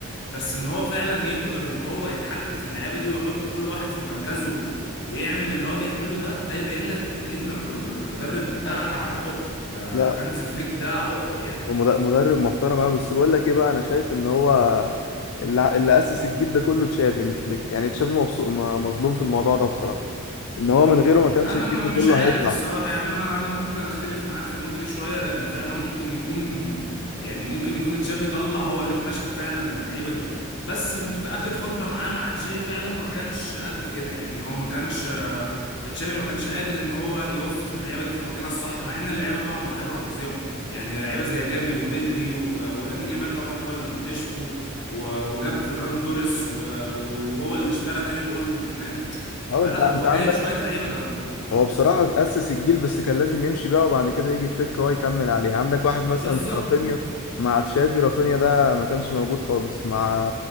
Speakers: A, on the left; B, on the left.
A: بس ان هو فعلا يقدر ان هو يتحكم في اللعيبه دي ويحط كل واحد في مركزه ويعمل اللي هو بيعمله ده ده يبين لك قد ايه ان الر- المدرب ده عقر ده
B: لا
A: هانز فليك ده عقر يعني
B: ومد- مدرب محترم قوي بس بقول لك ايه بقى انا شايف ان هو اللي اللي اسس الجيل ده كله تشافي مش فليك يعني تشافي مبسوط ما- مظلوم في الموضوع ده بصراحة ان هو من غيره ما كانش
A: انا
B: الجيل
A: م-
B: ده
A: مش
B: كله
A: عارف
B: هيطلع
A: الصراحه يعني انا انا ممكن اختلف معاك في النقطه دي شويه لان فعلا ممكن يكون يعني ممكن يكون تشافي طلع هو اللي اكتشف فعلا اللعيبه دي بس في اخر فتره معاه مع تشافي فعلا ما كانش قد كده يعني هو ما كانش آه، تشافي ما كانش قادر ان هو يوظف اللعيبه دي في اماكنها الصح مع ان اللعيبه طبعا مواهبها فظيعه يعني لعيبه زي جافي وبدري و- ولامين يامال طبعا هو اللي مكتشفه و- وجاب فران توريس و- وهو اللي اشترى داني اولمو كمان
B: اه
A: فلا
B: انت انت
A: هو
B: عندك
A: جايب شويه لعيبه جامده
B: هو بصراحة أسس الجيل بس كان لازم يمشي بقى وبعد كده يجي فليك هو يكمل عليه عندك واحد مثلا
A: بالظبط
B: زي رافينيا مع تشافي رافينيا ده ما كانش موجود خالص مع